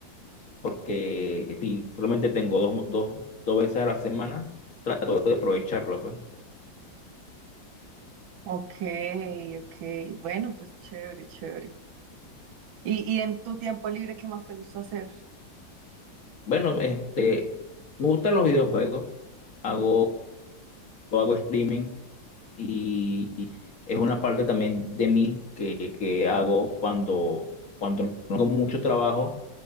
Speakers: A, on the left (about 45°); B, on the right (about 85°).
A: Porque si solamente tengo dos, dos, dos veces a la semana, puedo aprovecharlo, pues.
B: Ok, ok. Bueno, pues chévere, chévere. ¿Y, y en tu tiempo libre qué más te gusta hacer?
A: Bueno, este, me gustan los videojuegos. hago yo hago streaming y es una parte también de mí que, que hago cuando, cuando no tengo mucho trabajo,